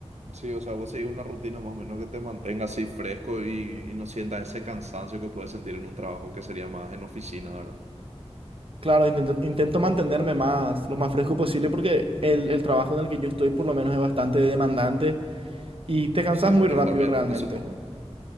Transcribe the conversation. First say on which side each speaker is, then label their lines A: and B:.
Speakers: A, on the right; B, on the right.
A: Sí, o sea, vos seguís una rutina más o menos que te mantenga así fresco y, y no sientas ese cansancio que puedes sentir en un trabajo que sería más en oficina, ¿verdad?
B: Claro, intento, intento mantenerme más, lo más fresco posible porque el, el trabajo en el que yo estoy por lo menos es bastante demandante y te cansas
A: Sí,
B: muy
A: tenés
B: rápido
A: que estar muy atento,
B: realmente.
A: supongo.